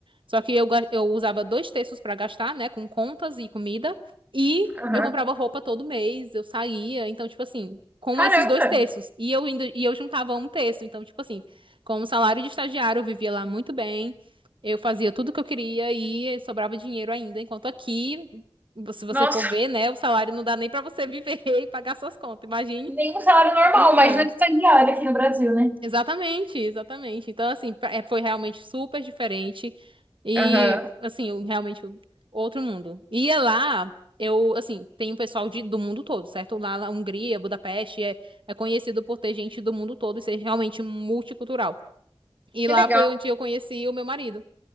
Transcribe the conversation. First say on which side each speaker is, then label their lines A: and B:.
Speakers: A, on the right (about 65°); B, on the right (about 20°).
A: Só que eu, ga- eu usava dois terços pra gastar, né, com contas e comida. E
B: aham.
A: eu comprava roupa todo mês, eu saía. Então, tipo assim, com
B: Caramba!
A: esses dois terços. E eu, ainda, e eu juntava um terço. Então, tipo assim, com o salário de estagiário, eu vivia lá muito bem. Eu fazia tudo que eu queria e sobrava dinheiro ainda. Enquanto aqui, se você
B: Nossa!
A: for ver, né, o salário não dá nem pra você viver <laughs> e pagar suas contas. Imagine.
B: Nem um salário normal,
A: Não tá.
B: mas não é estagiário aqui no Brasil, né?
A: Exatamente, exatamente. Então, assim, pra- é, foi realmente super diferente. E,
B: Aham,
A: assim, eu- realmente outro mundo. E é lá, eu, assim, tem um pessoal de, do mundo todo, certo? Lá na Hungria, Budapeste, é, é conhecido por ter gente do mundo todo e ser realmente multicultural. E
B: Que
A: lá
B: legal.
A: foi onde eu conheci o meu marido.